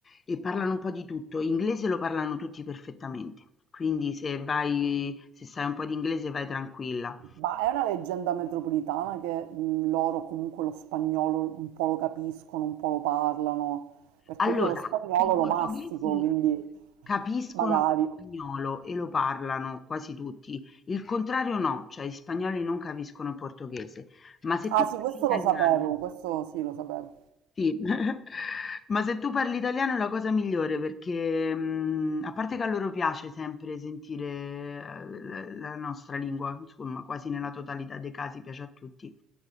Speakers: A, on the left; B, on the right.
A: e parlano un po' di tutto. Inglese lo parlano tutti perfettamente, quindi se vai, se sai un po' di inglese vai tranquilla.
B: ma è una leggenda metropolitana che mh, loro comunque lo spagnolo un po' lo capiscono, un po' lo parlano, perché
A: Allora,
B: io lo spagnolo
A: i portoghesi
B: lo mastico, quindi
A: capiscono
B: magari...
A: lo spagnolo e lo parlano quasi tutti, il contrario no, cioè gli spagnoli non capiscono il portoghese, ma se
B: Ah
A: tu parli
B: sì, questo
A: italiano
B: lo sapevo, questo sì lo sapevo.
A: Sì, <laughs> ma se tu parli italiano è la cosa migliore perché, mh, a parte che a loro piace sempre sentire eh, la la nostra lingua, insomma, quasi nella totalità dei casi piace a tutti.